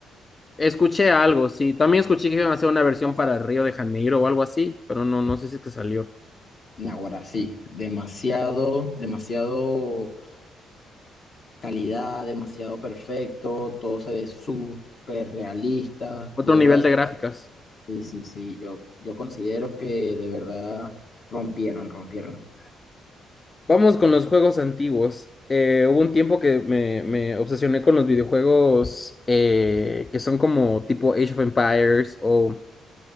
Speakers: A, on the left; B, on the left.
A: Escuché algo, sí. También escuché que iban a hacer una versión
B: Ya sé.
A: para Río de Janeiro o algo así, pero no, no sé si es que salió.
B: Naguará, sí. Demasiado, demasiado calidad, demasiado perfecto, todo se ve súper realista,
A: Otro
B: de verdad.
A: nivel de gráficas.
B: Sí, sí, sí, yo, yo considero que de verdad rompieron, rompieron.
A: Vamos con los juegos antiguos. Eh, hubo un tiempo que me, me obsesioné con los videojuegos eh, que son como tipo Age of Empires o